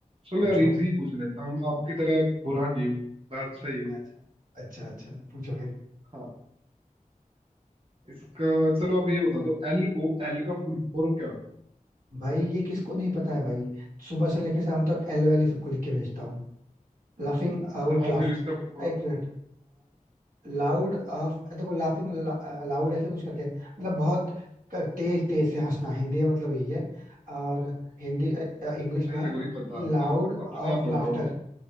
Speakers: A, on the right; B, on the right.
A: चलो
B: पूछो
A: यार इजी पूछ लेता हूँ मैं आपकी तरह बुरा नहीं हूँ मैं अच्छा ही हूँ
B: अच्छा अच्छा अच्छा पूछो फिर
A: हाँ, इसका चलो आप ये बता दो एल ओ एल का फुल फॉर्म क्या होता
B: भाई ये किसको नहीं पता है भाई सुबह से लेके शाम तक एल वैली सबको लिख के भेजता हूँ Laughing out
A: है अच्छा हाँ
B: laughed
A: फिर इसका फुल फॉर्म
B: एक मिनट लाउड ऑफ देखो लाफिंग लाउड ऐसे कुछ करके मतलब बहुत क- तेज तेज से हंसना हिंदी में मतलब यही है और हिंदी इंग्लिश
A: मेरे
B: में है
A: को नहीं पता
B: कि लाउड
A: आप अपने
B: ऑफ
A: आप
B: लाफ्टर
A: बताओ आप